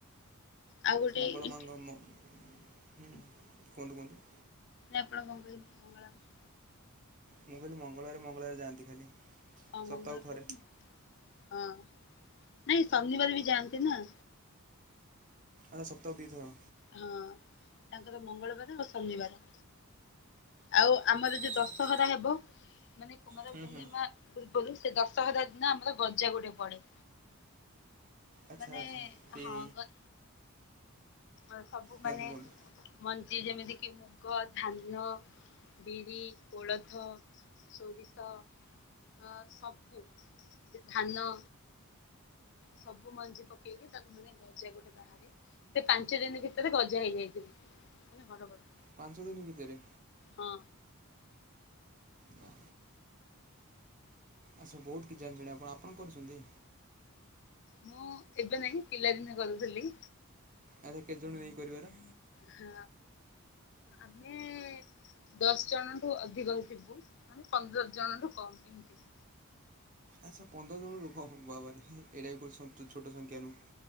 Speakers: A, on the left; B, on the right.
A: ଆଉ ଗୋଟେ
B: ମଙ୍ଗଳ
A: ଇଣ୍ଟ
B: ମାଙ୍କର ମୁଁ ହୁଁ କୁହନ୍ତୁ କୁହନ୍ତୁ।
A: ନାଁ ଆପଣ କଁ କହିଲେ ମଙ୍ଗଳା ମା?
B: ମୁଁ କହିଲି ମଙ୍ଗଳବାରେ ମଙ୍ଗଳବାରେ ଯାଆନ୍ତି ଖାଲି।
A: ହଁ
B: ସପ୍ତାହକୁ
A: ମଙ୍ଗଳବାର
B: ଥରେ
A: କୁ ମଙ୍ଗଳବା ହଁ ନାଇଁ ଶନିବାର ବି ଯାଆନ୍ତି ନାଁ।
B: ଆଉ ସପ୍ତାହୁ ଦି ଥର।
A: ହଁ ତାଙ୍କର ମଙ୍ଗଳବାର ଆଉ ଶନିବାର। ଆଉ ଆମର ଯୋଉ
B: ଆଚ୍ଛା
A: ଦଶହରା
B: ଆଚ୍ଛା
A: ହେବ ମାନେ କୁମାର
B: ହୁଁ
A: ପୂର୍ଣ୍ଣିମା
B: ହୁଁ
A: ପୂର୍ବରୁ ସେ ଦଶହରା ଦିନ ଆମର ଗଜା ଗୋଟେ ପଡ଼େ।
B: ଆଚ୍ଛା
A: ମାନେ
B: ଆଚ୍ଛା ସେଇ
A: ହଁ ଗ ଅ ସବୁ
B: କୁହନ୍ତୁ
A: ମାନେ
B: କୁହନ୍ତୁ
A: ମଞ୍ଜି ଯେମିତି କି ମୁଗ ଧାନ ବିରି କୋଳଥ ସୋରିଷ। ଅ ସବୁ ଏ ଧାନ। ସବୁ ମଞ୍ଜି ପକେଇକି ତାକୁ ମାନେ ଗଜା ଗୋଟେ ବାହାର ସେ ପାଞ୍ଚ ଦିନି ଭିତରେ ଗଜା ହେଇଯାଇଥିଲି ମାନେ ବଡ଼ ବଡ଼।
B: ପାଞ୍ଚ ଦିନି ଭିତରେ?
A: ହଁ।
B: ୱା। ଆଚ୍ଛା ବହୁତ କିଛି ଜାଣିଚଣି ଆପଣ। ଆପଣ କରୁଛନ୍ତି?
A: ମୁଁ ଏବେ ନାଇଁ ପିଲା ଦିନେ କରୁଥୁଲି।
B: ଆଚ୍ଛା କେତେ ଜଣୁ ନେଇ କରିବାର?
A: ହଁ ଆମେ ଦଶ ଜଣଠୁ ଅଧିକ ହି ଥିବୁ ମାନେ ପନ୍ଦର ଜଣଠୁ କମ ଏମତି।
B: ଆଚ୍ଛା ପନ୍ଦର ଜଣ ଲୋକ ବାବରେ ଏଇଟା ବି କୋଉ ସନ୍ତୁ ଛୋଟ ସଂଖାନୁ